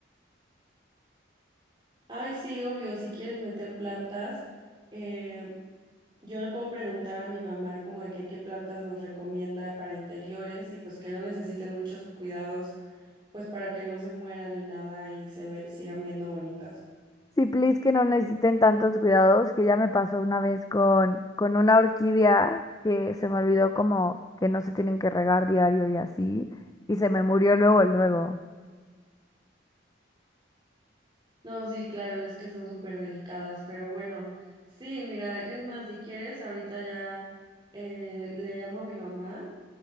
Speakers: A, on the right; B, on the left.
A: Ay, sí, obvio, si quieres meter plantas. eh, Yo le puedo preguntar a mi mamá como de que qué plantas nos recomienda para interiores y pues que no necesiten muchos cuidados, pues para que no se mueran ni nada y se ve- sigan viendo bonitas.
B: Sí, please, que no necesiten tantos cuidados, que ya me pasó una vez con, con una orquídea que se me olvidó como que no se tienen que regar diario y así, y se me murió luego, luego.
A: No, sí, claro, es que son súper delicadas, pero bueno, sí, mira, es más, si quieres, ahorita ya eh, le llamo a mi mamá